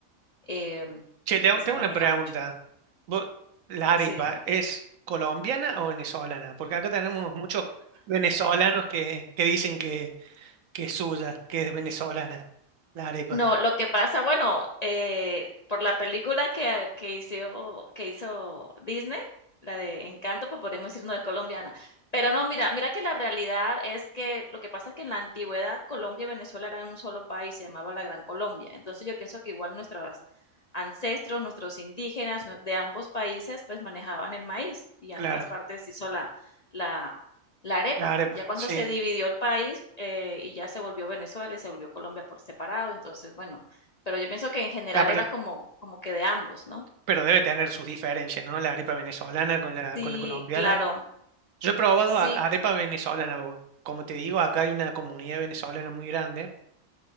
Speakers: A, on the left; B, on the right.
A: em,
B: Che, tengo,
A: se
B: tengo
A: maneja
B: una pregunta.
A: mucho.
B: ¿Vos- ¿La arepa
A: Sí, dime.
B: es colombiana o venezolana? Porque acá tenemos muchos venezolanos que, que dicen que, que es suya, que es venezolana. La arepa,
A: No, lo que pasa, bueno, eh, por la película que, que hizo, que hizo Disney, la de Encanto, pues podemos decir no es colombiana. Pero no, mira, mira que la realidad es que lo que pasa es que en la antigüedad Colombia y Venezuela eran un solo país, se llamaba la Gran Colombia. Entonces yo pienso que igual nuestros ancestros, nuestros indígenas nu- de ambos países, pues manejaban el maíz y
B: claro,
A: ambas partes hizo la, la, la arepa,
B: la arepa,
A: ya cuando
B: sí.
A: se dividió el país, eh, y ya se volvió Venezuela y se volvió Colombia por separado, entonces, bueno, pero yo pienso que en general
B: Ah, pero,
A: era como como que de ambos, ¿no?
B: pero debe tener sus diferencias, ¿no? La arepa venezolana con la,
A: Sí,
B: con la colombiana.
A: claro.
B: Yo he probado
A: Sí,
B: a- arepa venezolana, o como te digo, acá hay una comunidad venezolana muy grande.